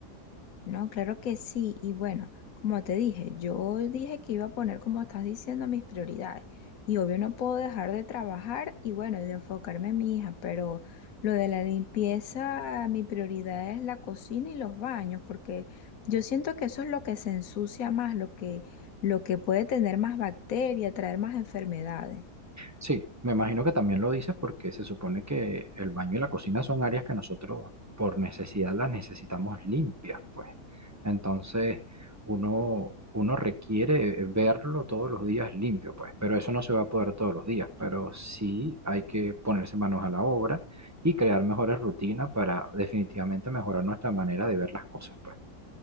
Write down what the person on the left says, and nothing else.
No, claro que sí. Y bueno, como te dije, yo dije que iba a poner, como estás diciendo, mis prioridades. Y obvio no puedo dejar de trabajar y bueno, y de enfocarme en mi hija, pero lo de la limpieza, mi prioridad es la cocina y los baños, porque yo siento que eso es lo que se ensucia más, lo que, lo que puede tener más bacterias, traer más enfermedades.